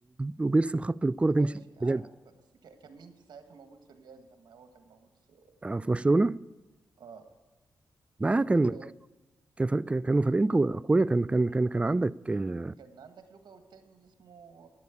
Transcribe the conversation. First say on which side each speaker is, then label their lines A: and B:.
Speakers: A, on the right (about 15°); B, on the right (about 70°).
A: وبيرسم خط الكرة
B: ماشي
A: تمشي
B: عارف
A: بجد
B: ب- بس ك- كان مين في ساعتها موجود في الريال لما هو كان موجود في
A: آه، في برشلونة
B: اه
A: ما
B: كان
A: كان
B: مين بقى
A: كان فرق- كان- كانوا فريقين قوي- اقوياء كان كان كان كان عندك اه
B: كان عندك لوكا والتاني اللي اسمه